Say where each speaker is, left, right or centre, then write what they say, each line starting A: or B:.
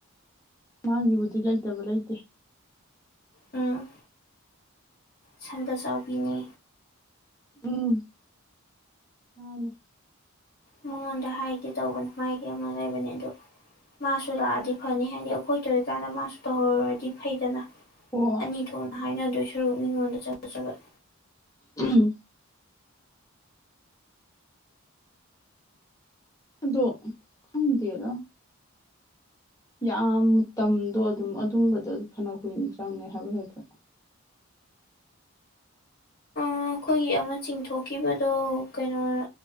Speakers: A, on the left; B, on the left.
A: ꯃꯥꯒꯤꯕꯨꯗꯤ ꯂꯩꯇꯕ ꯂꯩꯇꯦ
B: ꯎꯝ ꯁꯪꯒ ꯆꯥꯎꯕꯤꯅꯦ
A: ꯎꯝ ꯎꯝ
B: ꯃꯉꯣꯟꯗ ꯍꯥꯏꯒꯦ ꯇꯧꯕꯅꯦ ꯃꯥꯒꯤ ꯑꯃ ꯂꯩꯕꯅꯦ ꯑꯗꯨ ꯃꯥꯁꯨ ꯂꯥꯛꯑꯗꯤ ꯐꯅꯤ ꯍꯥꯏꯗꯤ ꯑꯩꯈꯣꯏ ꯇꯧꯔꯤꯀꯥꯟꯗ ꯃꯥꯁꯨ ꯇꯧꯍꯧꯔꯨꯔꯗꯤ ꯐꯩꯗꯅ
A: ꯍꯣꯏ
B: ꯑꯅꯤ ꯊꯣꯛꯅ ꯍꯥꯏꯅꯗꯣꯏ ꯁꯔꯨꯛ ꯃꯤꯉꯣꯟꯗ ꯆꯒꯠ ꯆꯒꯠ
A: <unintelligible> ꯑꯗꯣ ꯈꯪꯗꯦꯗ ꯌꯥꯝ ꯇꯝꯗꯣ ꯑꯗꯨꯝ ꯑꯗꯨꯝꯕꯗ ꯐꯅ ꯀꯨꯏꯅ ꯆꯪꯉꯦ ꯍꯥꯏꯕ ꯍꯦꯛꯇ
B: ꯑꯣ ꯈꯣꯏꯒꯤ ꯑꯃ ꯆꯤꯡꯊꯣꯛꯈꯤꯕꯗꯣ ꯀꯩꯅꯣꯅ